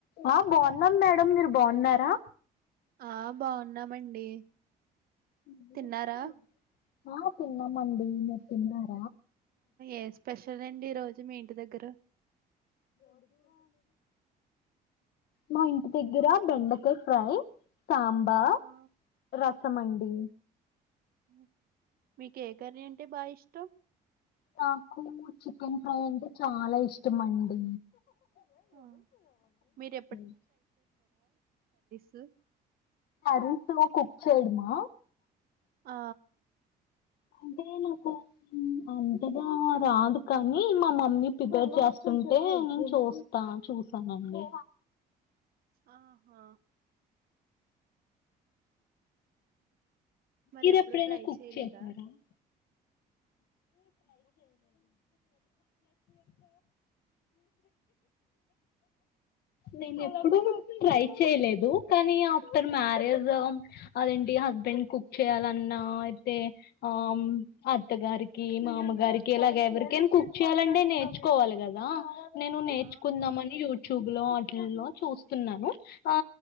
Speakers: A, on the left (about 70°); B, on the right (about 60°).
A: ఆ బాగున్నాం మేడం మీరు బాగున్నారా,
B: ఆ బాగున్నామండి
A: ఏం చేస్తానావు
B: తిన్నారా
A: అహ తిన్నామండి మీరు తిన్నారా
B: ఏ స్పెషల్ అండి ఈ రోజు మీ ఇంటి దగ్గర
A: మా ఇంటి దగ్గర బెండకాయ ఫ్రై సాంబార్
B: ఆ
A: రసమండి
B: ఊ మీకు ఏ కర్రీ అంటే బాగా ఇష్ త
A: నాకు చికెన్ ఫ్రై అంటే చాలా ఇ ఇష్టమండి
B: ఆ, మీరు
A: <inaudible>
B: స్
A: హరిస కుక్చైడుమా
B: ఆ
A: అంటే నాకు అంతగా రాదు కానీ, మా మమ్మీ ప్రిపేర్ చేస్తుంటే నేను చూస్తా చూసానండి
B: ఆహా మరి
A: మీర
B: ఎప్పుడు
A: ఎప్పుడైనా
B: ట్రై
A: కుక్
B: చేయలేదా
A: చేసారా <inaudible> నే ఇప్పుడు ట్రై చేయలేదు కానీ ఆఫ్టర్ మ్యారేజ్ అదేంటి హస్బెండ్ కు కుక్ చేయ్యాలన్నా, అయితే ఆ అత్తగారికి మామగారికి ఇలాగ ఎవరికైనా, కుక్ చేయాలంటే నేర్చుకోవాలి కదా నేను నేర్చుకుందామని
B: ఆ
A: యూట్యూబ్ వాలో చూస్తున్నాను ఆ